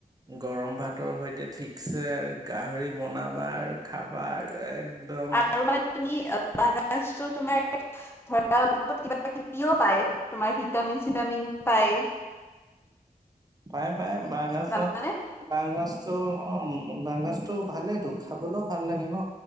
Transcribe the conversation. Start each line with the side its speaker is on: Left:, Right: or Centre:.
Right: গৰম ভাতৰ সৈতে ঠিকছে আৰু গাহৰি বনাবা আৰু খাবা আৰু এক একদম
Left: আৰু মানে তুমি বাঁহ গাজটো তোমাৰ ধৰা বহুত কিবা- কিবিও পায় তোমাৰ ভিটামিন <unintelligible> ভিটামিন পায়।
Right: পায় -পায় বাগাজত
Left: জানানে
Right: বাঁহ গছ চ'অহ বাগাজ টো ভালেই তো খাবলেও ভাল লাগে ন